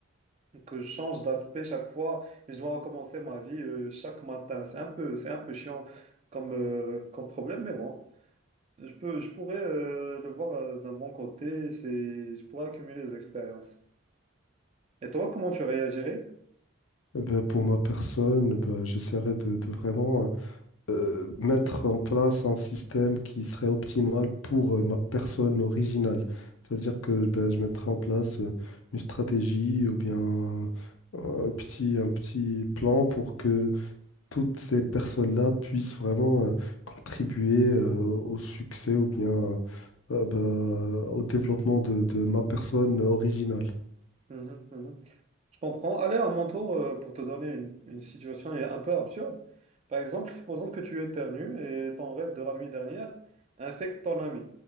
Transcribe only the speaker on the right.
que je change d'aspect chaque fois et je dois recommencer ma vie euh, chaque matin. C'est un peu, c'est un peu chiant comme, euh, comme problème, mais bon. Je peux, je pourrais euh, le voir euh, d'un bon côté. C'est, je pourrais accumuler des expériences. Et toi, comment tu réagirais?
Mhm, mhm. Je comprends. Allez, à mon tour, euh, pour te donner une, une situation un peu absurde. Par exemple, supposons que tu éternues et ton rêve de la nuit dernière infecte ton ami.